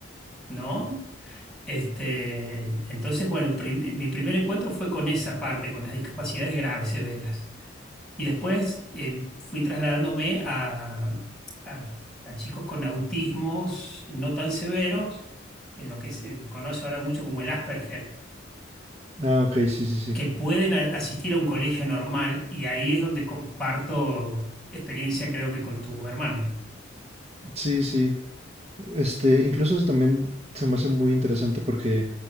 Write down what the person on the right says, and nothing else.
Ah, ok, sí, sí, sí.
Sí, sí. Este, incluso eso también se me hace muy interesante porque